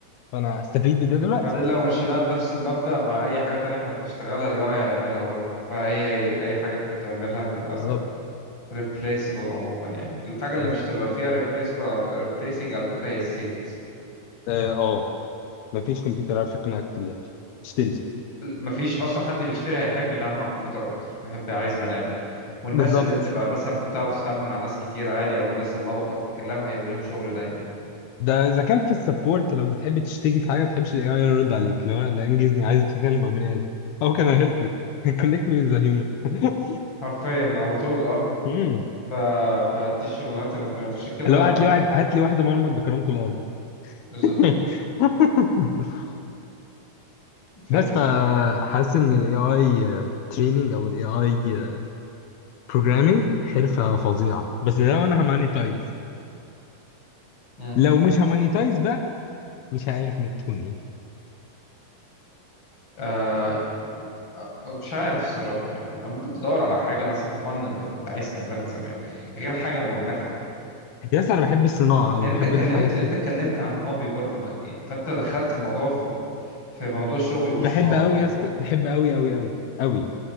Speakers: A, on the left (about 85°); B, on the left (about 30°).
A: فانا هستفيد بده دلوقتي
B: بعدين لو مشيناها بنفس المبدأ مع اي حاجة تانية احنا بنشتغلها الاي اي هيعملها برضه فهي هي اي حاجة انت بتعملها تبقى
A: بالظبط
B: replaceable عموما يعني الحاجة اللي
A: بس
B: مش تبقى فيها replaceable replacing على فكرة هي السيلز
A: اه آه، ما فيش كمبيوتر عارف يقنعك بيها تشتري سوق
B: مفيش اصلا حد بيشتري هيحب يتعامل مع الكمبيوتر اكتر هيحب عايز بني ادم والناس
A: بالظبط
B: اللي بتبقى مثلا بتعرف تتعامل مع ناس كتير عادي او الناس اللبقة في الكلام هيبقى لهم شغل دايما
A: ده اذا كان في السبورت لما بتحب تشتكي في حاجه ما بتحبش الاي اي يرد عليك لو لا انجزني عايز اتكلم مع بني ادم how can I help you <laughs> connect me with a human <laughs>
B: حرفيا على طول اه
A: مم.
B: ف... فدي الشغلانات اللي ما بتعملش عشان كده
A: لو
B: انا
A: هات لي واحد هات لي واحده مرمط بكرامته الارض
B: بالظبط
A: <laughs>
B: فهمت
A: بس فحاسس ان الاي اي تريننج او الاي اي بروجرامنج حرفه فظيعه بس لو انا همانيتايز
B: مم.
A: لو مش همانيتايز بقى مش عارف ممكن تكون ايه
B: آه... آه، مش عارف الصراحة يعني ممكن تدور على حاجة مثلا فن انت كنت عايز تعملها زمان غير حاجة مربحة
A: يا اسطى انا بحب الصناعه
B: لان
A: او بحب
B: انت اتكلمت
A: الحاجات
B: لان انت اتكلمت عن هوبي برضو ما- يعني فانت دخلت الموضوع في في موضوع شغل وصناعة
A: بحب قوي
B: انت
A: يا اسطى
B: فاهم
A: بحب قوي قوي قوي قوي